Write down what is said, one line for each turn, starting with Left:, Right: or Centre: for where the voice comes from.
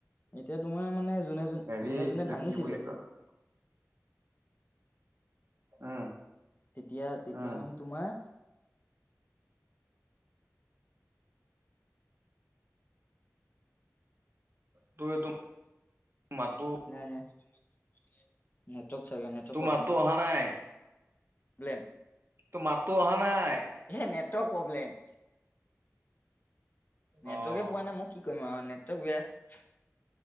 Left: এতিয়া তোমাৰ মানে যোনে যোন
Right: হেৰি,
Left: যোনে
Right: এইটো
Left: যোনে ভাঙিছিলে
Right: কি বুলি কয় উম'
Left: তেতিয়া, তেতিয়া
Right: উম
Left: মানে তোমাৰ
Right: তো এইটো, মাতো
Left: নাই নাই, নেটৱৰ্ক চাগে, নেটৰ
Right: তোৰ
Left: প্ৰব্লেম।
Right: মাতো অহা নাই,
Left: ব্লেম,
Right: তোৰ মাতো অহা নাই
Left: এহে নেটৱৰ্ক প্ৰব্লেম নেটৱৰ্কে
Right: অ
Left: পোৱা নাই, মই কি কৰিম আঔ, নেটৱৰ্ক বেয়া।